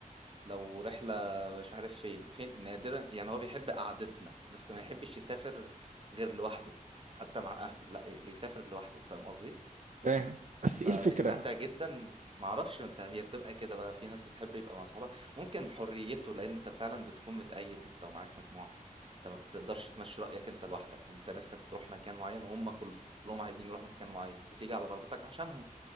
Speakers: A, on the right (about 40°); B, on the right (about 60°).
A: لو رحله مش عارف فين فين نادرا يعني هو بيحب قعدتنا بس ما يحبش يسافر غير لوحده حتى مع اهله لا اللي يسافر لوحده فاهم قصدي
B: فاهم بس
A: فبيستمتع
B: ايه الفكره
A: جدا معرفش انت هي بتبقى كده بقى في ناس بتحب يبقى مع صحابها ممكن حريته لان انت فعلا بتكون متقيد لو معاك مجموعة انت ما بتقدرش تمشي رأيك انت لوحدك انت نفسك تروح مكان معين وهم كلهم عايزين يروحوا مكان معين بتيجي على رغبتك عشانهم